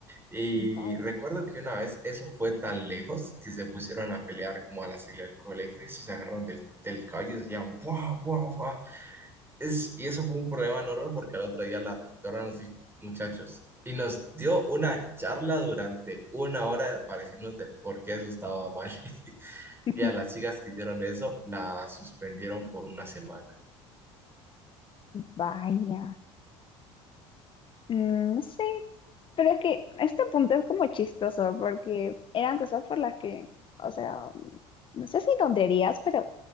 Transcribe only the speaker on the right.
Y
recuerdo que una vez eso fue tan lejos que se pusieron a pelear como a la salida del colegio y eso se agarraron del, del cabello y decían, ¡buah, buah, buah! Es, y eso fue un problema enorme porque al otro día la rectora nos dijo, muchachos, y nos dio una charla durante una hora para decirnos del por qué eso estaba mal. <laughs>
Y a las chicas que hicieron eso, la suspendieron por una semana.